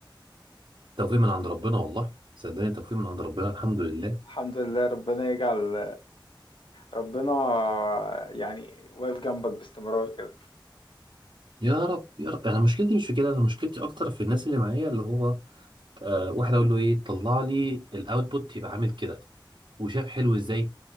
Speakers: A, on the right; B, on the left.
A: توفيق من عند ربنا والله صدقني توفيق من عند ربنا الحمد لله
B: الحمد لله ربنا يجعل ربنا يعني واقف جنبك باستمرار كده
A: يا رب يا رب انا مشكلتي مش في كده انا مشكلتي اكتر في الناس اللي معايا اللي هو آه واحد اقول له ايه طلع لي الاوتبوت يبقى عامل كده وشاف حلو ازاي